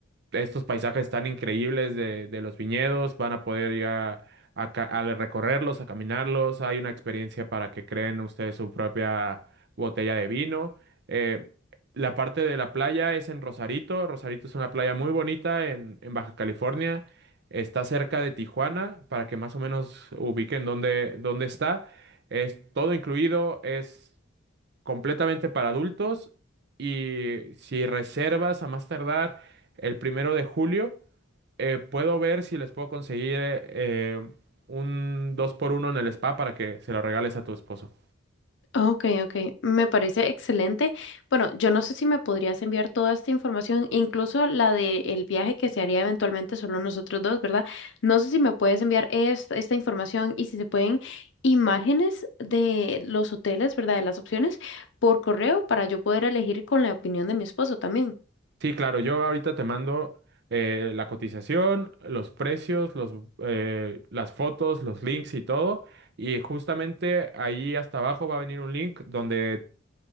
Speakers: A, on the right; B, on the left.
A: estos paisajes tan increíbles de, de los viñedos, van a poder ir a, a ca- a recorrerlos, a caminarlos, hay una experiencia para que creen ustedes su propia botella de vino. Eh, la parte de la playa es en Rosarito, Rosarito es una playa muy bonita en, en Baja California, está cerca de Tijuana, para que más o menos ubiquen dónde, dónde está. Es todo incluido, es completamente para adultos y si reservas a más tardar el primero de julio, eh, puedo ver si les puedo conseguir eh, eh, un dos por uno en el spa para que se lo regales a tu esposo.
B: Ok, ok, me parece excelente. Bueno, yo no sé si me podrías enviar toda esta información, incluso la del viaje que se haría eventualmente solo nosotros dos, ¿verdad? No sé si me puedes enviar esta, esta información y si se pueden imágenes de los hoteles, ¿verdad? De las opciones por correo para yo poder elegir con la opinión de mi esposo también.
A: Sí, claro, yo ahorita te mando eh, la cotización, los precios, los, eh, las fotos, los links y todo. Y justamente ahí hasta abajo va a venir un link donde